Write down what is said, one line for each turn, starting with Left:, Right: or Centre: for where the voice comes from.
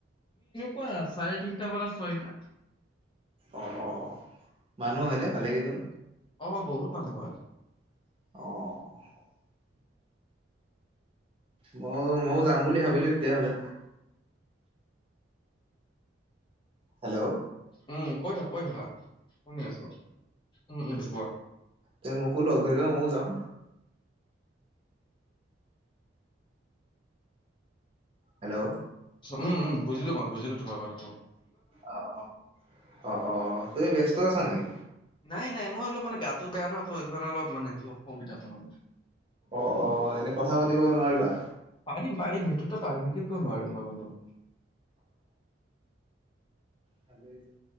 Left: ক চাৰে তিনিটা পৰা ছয়টা
Right: অ - অ মানুহ হয়নে ভালে কেইজনানো।
Left: অ, বহুত মানুহ হয়।
Right: অ', মই ময়ো যাম বুলি ভাবিলো তেতিয়াহলে। হেল্ল',
Left: উম, কৈ থাক - কৈ থাকা শুনি আছো উম, কোৱা।
Right: ত মোকল লগধৰিবা মোয়ো যাম। হেল্ল',
Left: উম, বুজিলো মই বুজিলো তোমাৰ কথাতটো।
Right: অ - অ - অ - অ তুমি ব্যস্ত আছা নেকি?
Left: নাই - নাই মই অলপ মানে গাতটো বেয়া নহয় তো সেইটো কাৰণে অলপ মানেই অসুবিধা পাও।
Right: অ - অ এনে কথা পাতিব নোৱাৰিবা?
Left: পাৰিম - পাৰিম সেইটোতো পাৰিম সেইটো কিয় নোৱাৰিম মই বানধু
Right: ভাল যে <unintelligible>